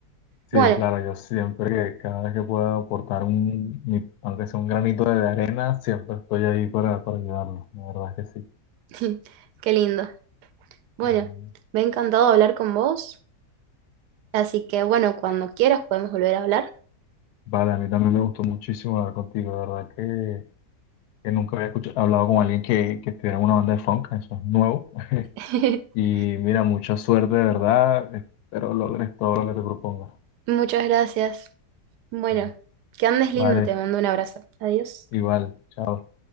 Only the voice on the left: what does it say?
Sí,
claro, yo siempre que cada vez que pueda aportar un, mi- aunque sea un granito de arena, siempre estoy ahí para, para ayudarlo, la verdad es que sí.
Ujú.
Vale, a mí también me gustó muchísimo hablar contigo, la verdad que, que nunca había escuchado, hablado con alguien que, que estuviera en una banda de funk, eso es nuevo. <laughs>
Y mira, mucha suerte, de verdad, espero logres todo lo que te propongas.
Ujú.
Vale,
igual, chao.